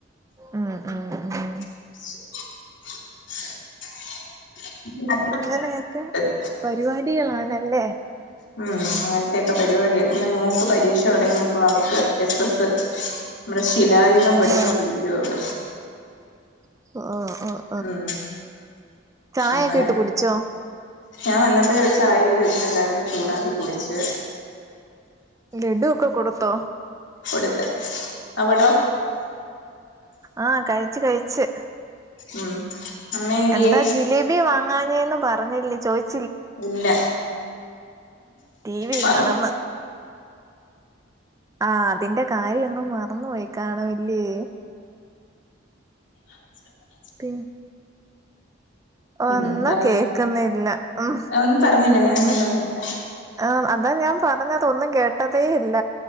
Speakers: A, on the right; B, on the left.
A: ഉം ഉം ഉം
B: <inaudible> <inaudible> <inaudible>
A: ഇ ഒക്കെ
B: ആ
A: പരിപാടികളണല്ലേ
B: ഉം അങ്ങനത്തെക്കെ പരിപാടിയ പിന്നെ മോക്ക് പരീക്ഷ തുടങ്ങിയപ്പോ അവക്ക് എസ് എസ് നമ്മടെ ശിലായുഗം പഠിച്ചുകൊണ്ടിരിക്കുകയ
A: ആഹ്
B: അവൾ
A: <inaudible>
B: ഉം
A: ചായയൊക്കെ
B: അങ്ങനെ
A: ഇട്ട് കുടിച്ചോ
B: ഞാൻ വന്നപ്പോഴേ ഇവിടെ ചായ ഇട്ട് വെച്ചിുണ്ടായിരുന്നു ചൂടാക്കി കുടിച്ച്
A: ലഡു ഒക്കെ കൊടുത്തോ
B: കൊടുത്ത് അവിടോ
A: ആഹ് കഴിച് കഴിച്ചു
B: ഉം അമ്മ എന്തിയേ
A: എന്താ ജിലേബി വാങ്ങാനേന്ന് പറഞ്ഞില്ലേ ചോയിചില്ലേ
B: ഇല്ല
A: ടീവി
B: പറ
A: കാണുന്നു ആ അതിന്റെ കാര്യ അങ്ും മറന്നു പോയി കണുല്ലേ
B: <inaudible>
A: പി ഒന്നും
B: ഉം പറഞ്ഞോ
A: കേക്കുന്നല്ല ഉം
B: ഒന്നും പറഞ്ഞില്ല ഞാനൊന്നും
A: ഒന്ന്
B: പറഞ്ഞില്ല
A: ആ് അതാ ഞാൻ പറഞ്ഞതൊന്നും കേട്ടതേ ഇല്ല